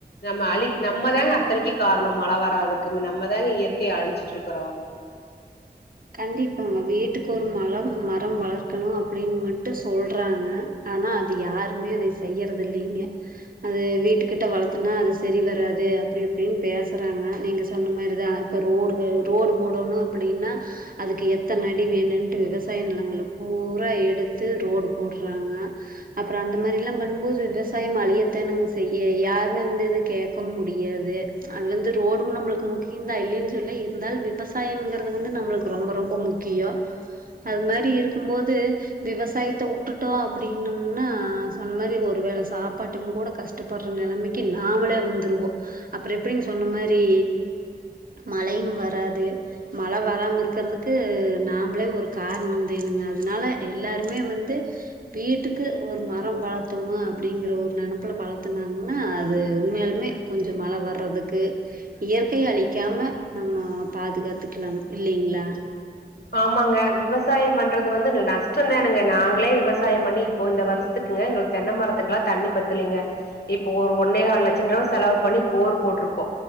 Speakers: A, on the left; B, on the right.
A: நம்ம அழி நம்ம தாங்க இத்தனக்கி காரணோ மழ வராதுக்கு நம்ம தாங்க இயற்கைய அழிச்சிட்ருக்கறோ
B: கண்டிப்பாங்க வீட்டுக்கு ஒரு மழம் மரம் வளக்கணோ அப்டீன் மட்டு சொல்றாங்க ஆனா அத யாருமே அதை செய்யறது இல்லீங்க அது வீட்டுக்கிட்ட வளத்தோனா அது சரி வராது அப்டி இப்டீன்னு பேசுறாங்க நீங்க சொன்ன மாரிதா இப்ப ரோடு ரோடு போடணோ அப்படீன்னா அதுக்கு எத்தமடி வேணுன்ட்டு விவசாயோ நெலங்கலா பூரா எடுத்து ரோடு போட்றாங்க அப்றோ அந்த மேரில்லா பண்ணும்போது விவசாயம் அழியத்தானங்க செய்யோ யாருமே வந்து இது கேக்க முடியாது அது வந்து ரோடும் நம்முளுக்கு முக்கியந்தா இல்லைன்னு சொல்ல இருந்தாலு விவசாயம்ங்கிறது வந்து நம்புளுக் கு ரொம்போ ரொம்போ முக்கியோ அது மாரி இருக்கும்போது விவசாயத்த உட்டுட்டோ அப்டீன்னும்னா சொன்ன மேரி ஒரு வேள சாப்பாட்டுங்கூட கஷ் ட பட்ற நெலமைக்கி நாமளே வந்துருவோ அப்றோ எப்டிங் சொன்ன மாரி மழையும் வராது மழ வராம இருக் கிறதுக்கு நாம்ளே ஒரு காரணோ தேணுங்க அதனால எல்லாருமே வந்து வீட்டுக்கு ஒரு மரம் வளத்தோமா அப்டீங்கற ஒரு நெனப்புல வளத்துங்னாங்னா அது உண்மையாலுமே கொஞ்சோ மழ வர்றதுக்கு இயற்கைய அழிக்காம நம்மோ பாதுகாத்துக்லாங் இல்லீங்ளா
A: ஆமாங்க விவசாயம் பண்றது வந்து நஷ்டோ தானுங்க நாங்ளே விவசாயம் பண்ணி இப்போ இந்த வருஷ்த்துக்கு ங்க எங்களுக்கு தென்ன மரத்துக்குலா தண்ணி பத்தலீங்க இப்போ ஒரு ஒன்னேகால் லட்சன்ரூவா செலவு பண்ணி போர் போட்ருக்கோ